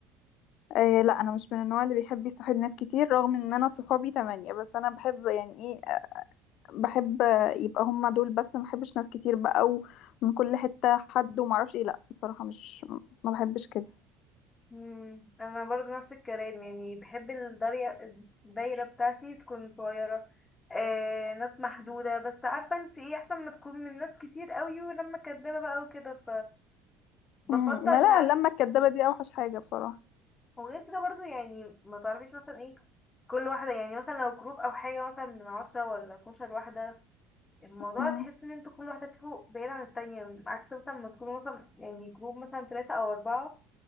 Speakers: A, on the left; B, on the left.
A: آه لا انا مش من النوع اللي بيحب يصاحب ناس كتير رغم ان انا صحابي تمانية بس انا بحب يعني إيه بحب يبقى هما دول بس ما بحبش ناس كتير بقى ومن كل حتة حد وما اعرفش ايه لا بصراحة مش ما بحبش كده
B: مم. انا برضو نفس الكلام يعني بحب الدايرة الدايرة بتاعتي تكون صغيرة آه ناس محدودة بس عارفة انتي ايه احسن ما تكون من ناس كتير قوي ولما كدابة بقى وكده فبفضل
A: امم ما لا
B: لا
A: اللمة الكدابة دي اوحش حاجة بصراحة
B: وغير كده برضو يعني ما تعرفيش مثلا ايه كل واحدة يعني مثلا لو جروب او حاجة مثلا من عشرة ولا اتناشر واحدة الموضوع
A: امم
B: تحس ان انتوا كل واحدة فيكم بعيدة عن التانية عكس مثلا ما تكونوا مثلا يعني جروب مثلا تلاتة أو أربعة